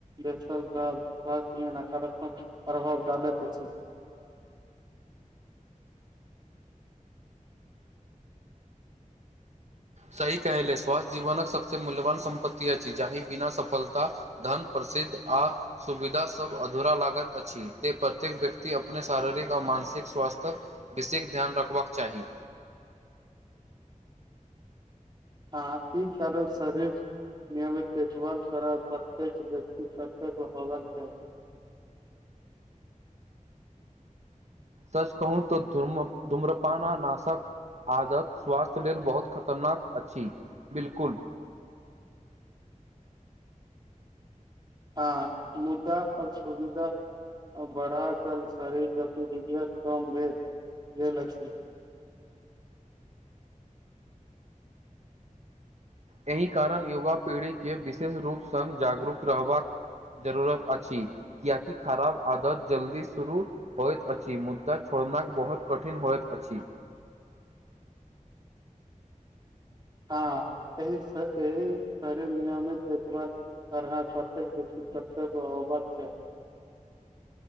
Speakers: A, on the right; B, on the right.
A: बेसल रहल स्वास्थ्य मे नकारात्मक प्रभाव डालैत अछि
B: सही कहले स्वासथ्य जीवनक सबस मूल्यवान सम्पत्ति अछि जाही बिना सफलता धन प्रसिद्ध आ सुविधा सभ अधूरा लागत अछि ते प्रत्येक व्यक्ति अपने शारीरिक आ मानसिक स्वास्थ्यक विशेक ध्यान रखबक चाही
A: हँ ई करब शरीर नियमित देखभाल करा प्रतेक व्यक्ति कत होबबाक चाही
B: सच कहू त धुम धुम्रपाना नाशक आदत स्वास्थ्य लेल बहुत खतरनाक अछि बिलकुल
A: आ मुद्दा अब सुविधा आ बढ़ाकल शरीर गतिविधि कम भेल भेल अछि
B: एहि कारण युवा पीढ़ीके विशेष रूप सङ्ग जागरूक रहबाक जरूरत अछि किएकि खराब आदत जल्दी शुरू होइत अछि मुद्दा छोड़ना बहुत कठिन होइत अछि
A: हँ एहिस ए हि शरीर नियमित देखबार कर चोे <unintelligible> बे छे अव छै